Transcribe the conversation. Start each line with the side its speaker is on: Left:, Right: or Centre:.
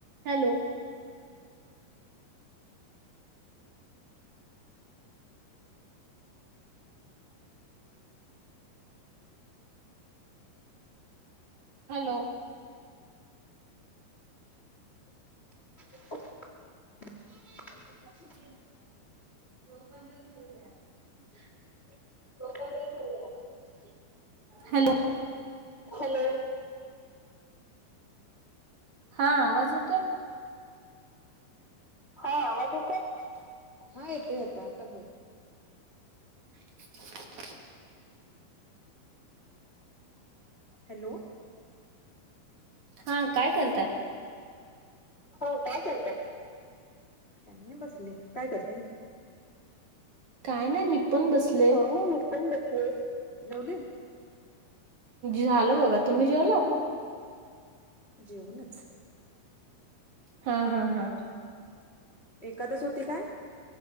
Right: हॅलो हॅलो
Left: <inaudible>
Right: <unintelligible>
Left: मोबाईलवर बोलूया
Right: हॅलो
Left: हॅलो
Right: हा, आवाज येतोय?
Left: हा, आवाज येतोय? हा येतोय - येतोय आता बोल
Right: <inaudible>
Left: हॅलो
Right: हा काय करताय?
Left: हा काय करताय. काई नइ बसले तू काय करते?
Right: काय नाई मी पन बसले.
Left: काय नाही मी जेवली
Right: झालं बगा तुमी जेवलात.
Left: जेऊनच
Right: हा हा हा.
Left: एकादस होती काय?